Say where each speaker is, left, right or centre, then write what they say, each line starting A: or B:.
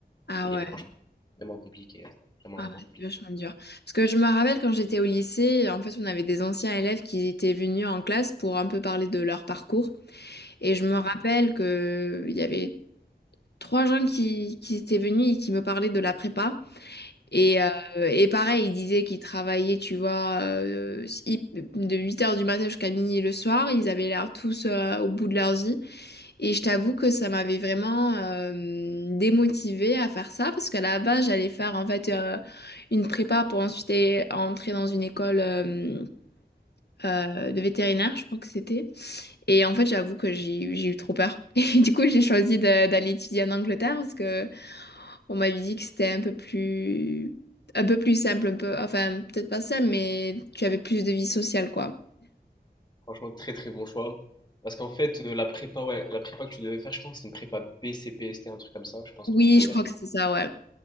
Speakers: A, on the left (about 80°); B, on the left (about 25°).
A: Ah
B: Et
A: ouais,
B: franchement, vraiment compliqué, vraiment,
A: ah,
B: vraiment
A: ouais,
B: compliqué.
A: c'est vachement dur. Parce que je me rappelle quand j'étais au lycée, en fait, on avait des anciens élèves qui étaient venus en classe pour un peu parler de leur parcours. Et je me rappelle que il y avait trois gens qui, qui étaient venus et qui me parlaient de la prépa. Et, euh, et pareil, il disait qu'ils travaillaient, tu vois, euh, hi- de huit heures du matin jusqu'à minuit le soir. Ils avaient l'air tous euh, au bout de leur vie. Et je t'avoue que ça m'avait vraiment euh, démotivée à faire ça parce qu'à la base, j'allais faire en fait euh, une prépa pour ensuite eh, entrer dans une école euh, euh, de vétérinaire, je crois que c'était. Et en fait, j'avoue que j'ai eu- j'ai eu trop peur. <laughs> Et du coup, j'ai choisi de- d'aller étudier en Angleterre parce que on m'avait dit que c'était un peu plus, un peu plus simple, un peu, enfin, peut-être pas simple, mais tu avais plus de vie sociale, quoi.
B: Franchement, très très bon choix. Parce qu'en fait, euh, la prépa, ouais, la prépa que tu devais faire, je pense que c'est une prépa BCPST, un truc comme ça. Je pense
A: Oui,
B: qu'on en avait
A: je crois que c'est ça, ouais.